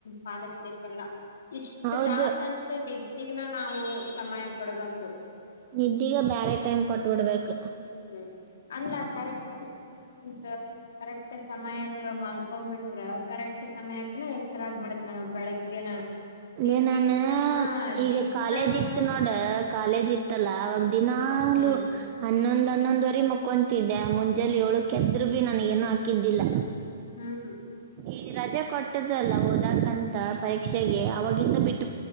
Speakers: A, on the left; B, on the right.
A: ಪಾಲಿಸ್ಬೇಕೆಲ್ಲ. ಇಷ್ಟ್
B: ಹೌದು
A: ತಾಸ್ ಅಂತನೆ <unintelligible> ನಾವೂ ಸಮಯ ಕೊಡ್ಬೇಕು.
B: ನಿದ್ದೀಗ ಬ್ಯಾರೆ ಟೈಮ್ ಕೊಟ್ <unintelligible> ಬೇಕ್.
A: ಹ್ಮ್ ಅಲ್ಲ ಕರೆಕ್ಟ್ ಈಗ ಕರೆಕ್ಟ್ ಸಮಯಕ್ ಮಲ್ಕೊಂಬಿಟ್ರ ಕರೆಕ್ಟ್ ಸಮಯಕ್ಕೆನೆ ಎಚ್ಚರ ಆಗ್ಬಿಡತ್ ನಮಗ್ ಬೆಳಗ್ಗೆನ ನೀ
B: ಏ ನಾನ
A: ದಿನ್ ಹ
B: ಈಗ
A: ದಿನಾನು
B: ಕಾಲೇಜ್ ಇತ್ತು ನೋಡ ಕಾಲೇಜ್ ಇತ್ತಲ್ಲ ಅವಾಗ ದಿನಾಲೂ
A: ಹ್ಮ್
B: ಹನ್ನೊಂದ್ ಹನ್ನೊಂದುವರೆ ಮಕ್ಕೊಂತಿದ್ದೆ ಮುಂಜಾಲಿ ಏಳಕ್ಕೆದ್ರು ಬಿ ನನ್ಗೇನು ಹಾಕಿದ್ದಿಲ್ಲ.
A: ಹ್ಮ್.
B: ಈ ರಜೆ ಕೊಟ್ಟದಲ್ಲ ಓದಾಕಂತ ಪರೀಕ್ಷೆಗೆ ಅವಾಗಿಂದ ಬಿಟ್